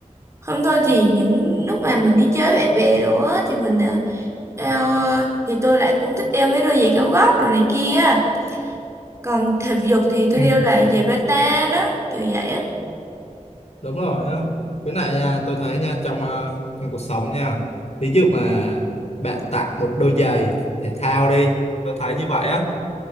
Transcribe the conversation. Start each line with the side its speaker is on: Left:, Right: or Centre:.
Right: Không thôi thì những lúc mà mình đi chơi với bạn bè đồ á thì mình à, đeo à, thì tôi lại cũng thích đeo mấy đôi giày cao gót đồ này kia á. Còn thể dục thì tôi
Left: ừ,
Right: đeo là giày bata đó, kiểu vậy á.
Left: đúng rồi á với lại nha, tôi thấy nha trong ờ, trong cuộc sống nha ví dụ mà bạn tặng một đôi giày thể thao đi tôi thấy như vậy á